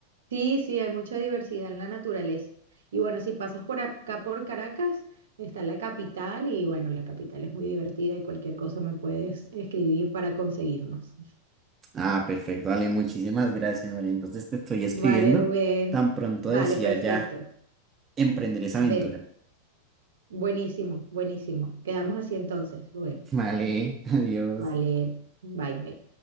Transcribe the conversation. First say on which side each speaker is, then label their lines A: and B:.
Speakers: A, on the right (about 65°); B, on the right (about 25°).
A: sí, sí, hay mucha diversidad en la naturaleza. Y bueno, si pasas por acá, por Caracas, está la capital y bueno, la capital es muy divertida y cualquier cosa me puedes escribir para conseguirnos.
B: Ah, perfecto, Ale, muchísimas gracias, María. Entonces te estoy escribiendo.
A: Vale, Rubén.
B: Tan pronto
A: Vale,
B: decía
A: perfecto.
B: ya emprender esa aventura.
A: Ve, buenísimo, buenísimo. Quedamos así entonces, Rubén.
B: <laughs> Vale, adiós.
A: Vale, bye, bye.